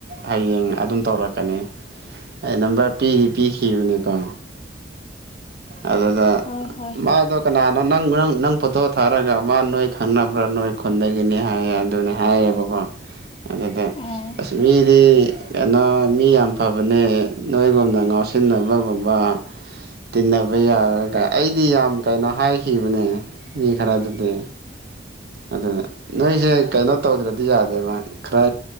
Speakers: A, on the right (about 60°); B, on the left (about 30°).
A: ꯍꯌꯦꯡ ꯑꯗꯨꯝ ꯇꯧꯔꯛꯀꯅꯤ ꯑꯩ ꯅꯝꯕꯔ ꯄꯤꯗꯤ ꯄꯤꯈꯤꯕꯅꯤꯀꯣ ꯑꯗꯨꯗ
B: ꯍꯣꯏ ꯍꯣꯏ
A: ꯃꯥꯗ ꯀꯅꯥ ꯅ ꯅꯪ ꯅꯪ ꯅꯪ ꯄꯣꯇꯣ ꯊꯥꯔꯒ ꯃꯥ ꯅꯣꯏ ꯈꯪꯅꯕ꯭ꯔꯥ ꯅꯣꯏ ꯈꯨꯟꯗꯒꯤꯅꯤ ꯍꯥꯏꯌꯦ ꯑꯗꯨꯅꯤ ꯍꯥꯏꯌꯦꯕꯀꯣ ꯑꯗ ꯑ ꯑꯗꯨ
B: ꯑꯥ
A: ꯑꯁꯃꯤꯗꯤ ꯀꯩꯅꯣ ꯃꯤ ꯌꯥꯝ ꯐꯕꯅꯦ ꯅꯣꯏꯒꯨꯝꯅ ꯉꯥꯎꯁꯤꯟꯅꯕꯒꯨꯝꯕ ꯇꯤꯟꯅꯕ ꯌꯥꯔꯒ ꯑꯩꯗꯤ ꯌꯥꯝ ꯀꯩꯅꯣ ꯍꯥꯏꯈꯤꯕꯅꯦ ꯃꯤ ꯈꯔꯗꯨꯗꯤ ꯑꯗꯨꯅ ꯅꯣꯏꯁꯦ ꯀꯩꯅꯣ ꯇꯧꯗ꯭ꯔꯗꯤ ꯌꯥꯗꯕ ꯈꯔ